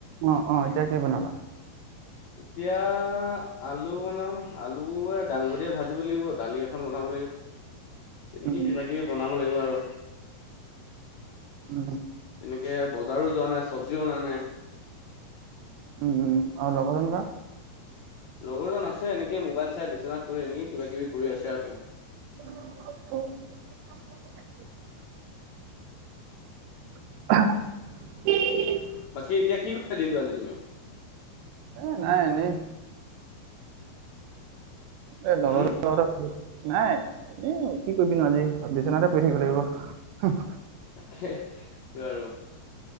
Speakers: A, on the right (about 85°); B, on the left (about 70°).
A: অ', অ',। এতিয়া কি বনাবা?
B: এতিয়া আলু বনাম। আলু এ দাংবদিয়ে ভাজিব লাগিব, দালি এখন বনাব তেনেকে
A: উম,
B: কিবা কিবি বনাব লাগিব আৰু।
A: উম,
B: তেনেকে, বজাৰো যোৱা নাই, চবজিও অনা নাই।
A: উম, আৰু লগৰ কেনেকোৱা?
B: লগৰজন আছে, এনেকে মোবাইল চাই, বিচনাত পৰি, এনেকে কিবা-কিবি কৰি আছে আৰু তেওঁ।
A: <inaudible> <unintelligible>
B: বাকী এতিয়া কি <inaudible> দিনটো আজি তুমি?
A: এ, নাই, এনেই। এ <inaudible>
B: হম
A: নাই এনে কি কৰিবি নো আজি বিচনতে কৰি থাকিব লাগিব
B: তাকেই আৰু